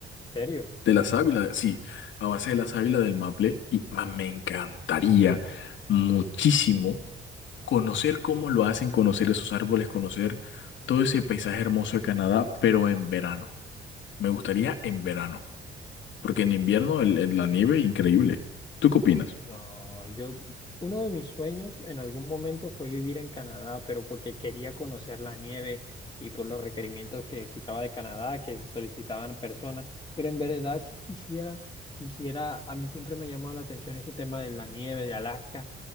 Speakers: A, on the left (about 20°); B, on the left (about 70°).
A: ¿En serio?
B: de la sábila, sí, a base de la sábila del maple, y man, me encantaría muchísimo conocer cómo lo hacen, conocer esos árboles, conocer todo ese paisaje hermoso de Canadá, pero en verano. Me gustaría en verano. Porque en invierno el- el- la nieve, increíble. ¿Tú qué opinas?
A: Ah, yo, uno de mis sueños en algún momento fue vivir en Canadá, pero porque quería conocer la nieve y por los requerimientos que escuchaba de Canadá que solicitaban personas, pero en verdad sí quisiera, quisiera, a mí siempre me ha llamado la atención ese tema de la nieve de Alaska